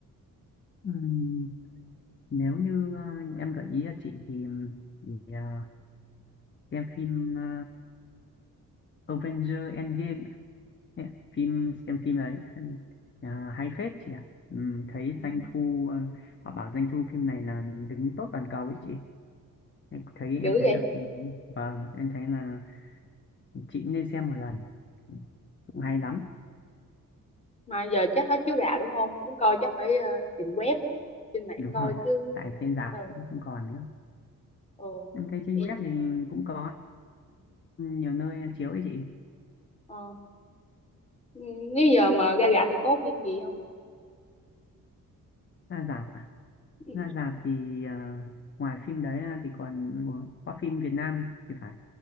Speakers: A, on the left; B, on the left.
A: Ừm, nếu như à, em gợi ý cho chị thì, ừ, thì à, xem phim à, Avenger Endgame Thế ạ, phim xem phim đấy xem, à, hay phết chị ạ Ừm, thấy
B: ừ.
A: doanh thu ờ, họ bảo doanh thu phim này là đứng top toàn cầu ấy chị em thấy
B: dữ
A: em thấy
B: vậy
A: là vâng em thấy là chị cũng nên xem một lần Ừm, cũng
B: ừ.
A: hay lắm
B: mà giờ chắc hết chiếu rạp đúng không muốn coi chắc phải ờ, tìm web trên mạng
A: đúng
B: coi
A: rồi ạ
B: chứ
A: tại trên rạp
B: ờ
A: cũng không còn nữa
B: ờ
A: em thấy trên
B: Vậy-
A: web thì cũng có nhiều nơi chiếu ấy chị
B: ờ. Ừ, nếu giờ mà ra rạp thì có phim gì không
A: ra rạp à
B: Ừ.
A: ra rạp thì à, ngoài phim đấy ra thì còn một- có phim Việt Nam thì phải